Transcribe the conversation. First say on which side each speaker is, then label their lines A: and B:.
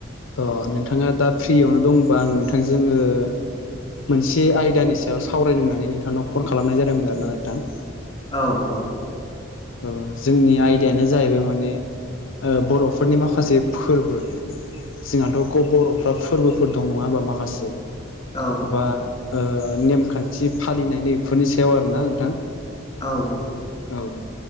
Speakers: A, on the left; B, on the left.
A: अ नोंथाङा दा फ्रियावनो दंबा आं नोंथांजों ओ मोनसे आयदानि सायाव सावरायनोनानै नोंथांनाव फन खालामनाय जादोंमोन आरो ना नोंथां
B: औ औ
A: ओ जोंनि आयदायानो जाहैबाय माने ओ बर'फोरनि माखासे फोरबो जोंहाथ' ग बर'फ्रा फोरबोफोर दं नङा होमबा माखासे
B: औ
A: बा
B: औ
A: ओ नेमखान्थि फालिनायनि इफोरनि सायाव आरोना नोंथां
B: औ औ
A: औ